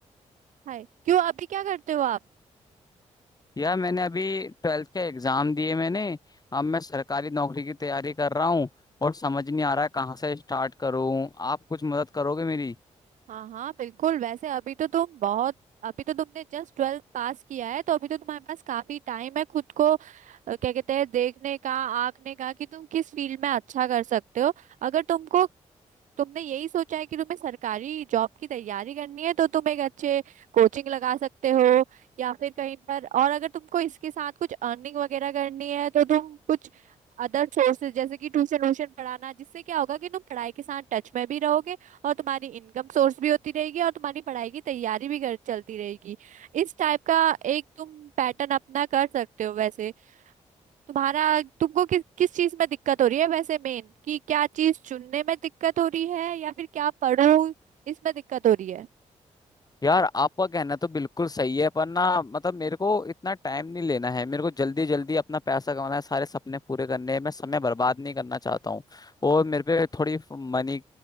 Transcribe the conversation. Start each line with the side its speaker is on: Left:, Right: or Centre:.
Right: हाय क्यों अभी क्या करते हो आप
Left: यार मैंने अभी ट्वेल्थ के एग्जाम दिए मैंने अब मैं सरकारी नौकरी की तैयारी कर रहा हूँ और समझ नहीं आ रहा है कहाँ से स्टार्ट करूँ आप कुछ मदद करोगे मेरी
Right: हाँ हाँ बिल्कुल वैसे अभी तो तुम बहुत अभी तो तुमने जस्ट ट्वेल्थ पास किया है तो अभी तो तुम्हारे पास काफी टाइम है खुद को अ, क्या कहते हैं देखने का आंकने का कि तुम किस फील्ड में अच्छा कर सकते हो अगर तुमको तुमने यही सोचा है कि तुम्हें सरकारी जॉब की तैयारी करनी है तो तुम एक अच्छे कोचिंग लगा सकते हो या फिर कहीं पर और अगर तुमको इसके साथ कुछ अर्निंग वगैरह करनी है तो तुम कुछ अदर सोर्सेज जैसे कि ट्यूशन व्यूशन पढ़ाना जिससे क्या होगा कि तुम पढ़ाई के साथ टच में भी रहोगे और तुम्हारी इनकम सोर्स भी होती रहेगी और तुम्हारी पढ़ाई की तैयारी भी कर चलती रहेगी इस टाइप का एक तुम पैटर्न अपना कर सकते हो वैसे तुम्हारा तुमको किस किस चीज में दिक्कत हो रही है वैसे मेन कि क्या चीज चुनने में दिक्कत हो रही है या फिर क्या पढ़ूं इसमें दिक्कत हो रही है
Left: यार आपका कहना तो बिल्कुल सही है पर ना मतलब मेरे को इतना टाइम नहीं लेना है मेरे को जल्दी जल्दी अपना पैसा कमाना है सारे सपने पूरे करने हैं मैं समय बर्बाद नहीं करना चाहता हूँ और मेरे पे थोड़ी मनी